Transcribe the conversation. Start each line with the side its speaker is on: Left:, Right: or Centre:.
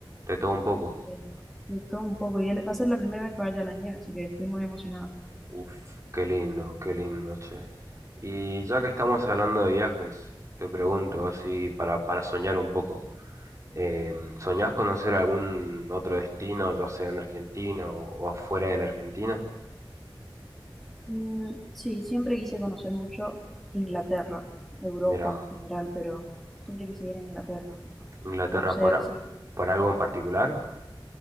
Right: de todo un poco.
Centre: eh, de todo un poco. Y él- va a ser la primera vez que vaya a la nieve, así que estoy muy emocionada.
Right: Uf, qué lindo, qué lindo, che. Y ya que estamos hablando de viajes, te pregunto, así para, para soñar un poco, eh, ¿soñás conocer algún otro destino, ya sea en Argentina o, o afuera de la Argentina?
Centre: Mm, sí, siempre quise conocer mucho Inglaterra, Europa
Right: Mira,
Centre: en general, pero siempre quise ir a Inglaterra,
Right: Inglaterra
Centre: conocer
Right: por, a-
Centre: así
Right: por algo en particular.